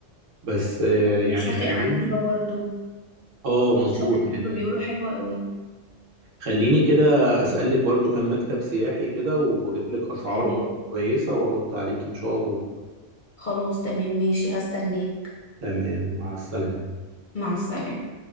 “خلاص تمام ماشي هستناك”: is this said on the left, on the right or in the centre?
Left